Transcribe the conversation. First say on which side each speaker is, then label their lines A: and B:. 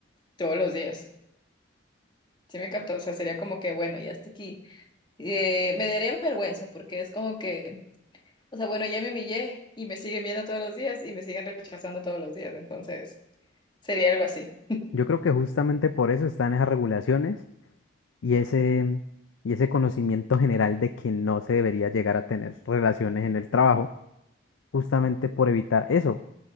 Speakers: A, on the left; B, on the left.
A: todos los días. ¿Sí me capta? O sea, sería como que, bueno, ya hasta aquí. Eh, me daría vergüenza porque es como que, o sea, bueno, ya me humillé y me siguen viendo todos los días y me siguen rechazando todos los días. Entonces, sería algo así.
B: Yo creo que justamente por eso están esas regulaciones y ese, y ese conocimiento general de que no se debería llegar a tener relaciones en el trabajo, justamente por evitar eso.